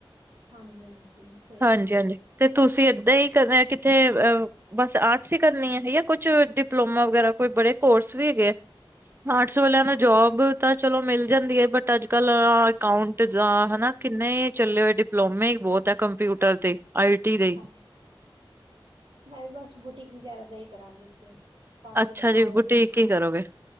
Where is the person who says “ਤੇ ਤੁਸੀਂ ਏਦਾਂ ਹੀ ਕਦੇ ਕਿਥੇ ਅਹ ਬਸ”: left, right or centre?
Right